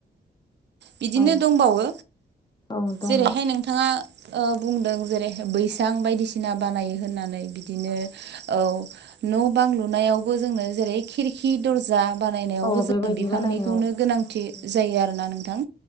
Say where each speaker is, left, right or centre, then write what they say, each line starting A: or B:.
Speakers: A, on the right; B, on the left.
A: बिदिनो
B: औ
A: दंबावो
B: औ दङ
A: जेरैहाय नोंथाङा ओ बुंदों जेरै बैसां बायदिसिना बानायो होननानै बिदिनो औ न' बां लुनायावबो जोंनो जेरै खिरि हि दर्जा बानायनायावबो
B: औ
A: जोङो
B: बेबायदि
A: बिफांनिखौनो
B: बानायनायाव
A: गोनांथि
B: उम
A: जायो आरोना नोंथां